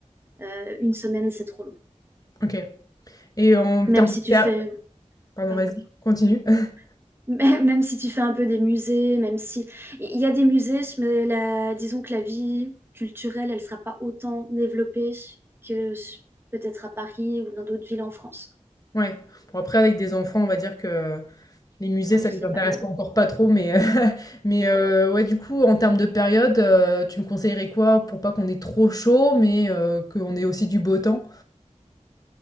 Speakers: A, on the right (about 20°); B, on the left (about 30°).
A: euh, une semaine, c'est trop long.
B: Ok. Et en termes
A: Même si
B: de...
A: tu
B: per-
A: fais,
B: Pardon,
A: pardon,
B: vas-y, continue. <laughs>
A: <laughs> même si tu fais un peu des musées, même si il y a des musées, mais la, disons que la vie culturelle, elle sera pas autant développée que s- peut-être à Paris ou dans d'autres villes en France.
B: Ouais. Bon, après, avec des enfants, on va dire que les musées,
A: Ouais,
B: ça
A: je
B: les
A: sais
B: intéresse
A: pas là.
B: pas encore pas trop, mais, <laughs> mais euh, ouais, du coup, en termes de période, euh, tu me conseillerais quoi pour pas qu'on ait trop chaud, mais euh, qu'on ait aussi du beau temps?